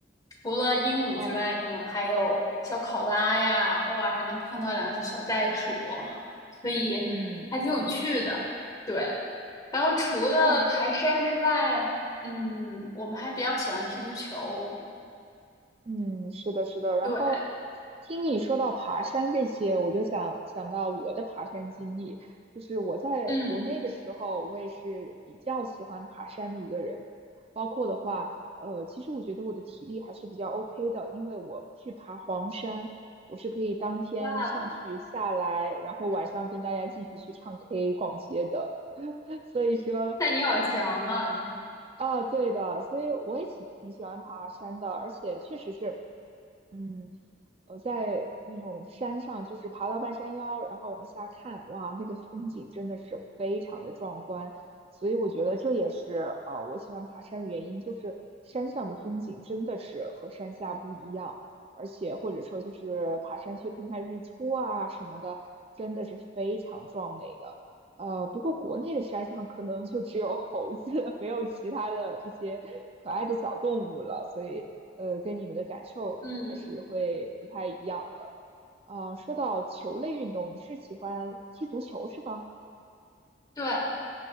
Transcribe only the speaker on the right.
哦，
嗯，
哦，
嗯，是的，是的。然后
听你说到爬山这些，我就想想到我的爬山经历。就是我在国内的时候，
我也是比较喜欢爬山的一个人。包括的话，呃，其实我觉得我的体力还是比较 OK 的，因为我去爬黄山，我是可以当天上去下来，
然后晚上跟大家继续去唱 K、逛街的。所以说。
啊，对的，所以我也喜挺喜欢爬山的，而且确实是，嗯，呃，在那种山上，就是爬到半山腰，然后往下看，哇，那个风景真的是非常的壮观，所以我觉得这也是呃我喜欢爬山的原因，就是山上的风景真的是和山下不一样，而且或者说就是爬山去看看日出啊什么的，真的是非常壮美的。呃，不过国内的山上可能就只有猴子，<laughs> 没有其他的这些可爱的小动物了，所以呃，跟你们的感受还是会不太一样的。
啊、说到球类运动，你是喜欢踢足球是吗？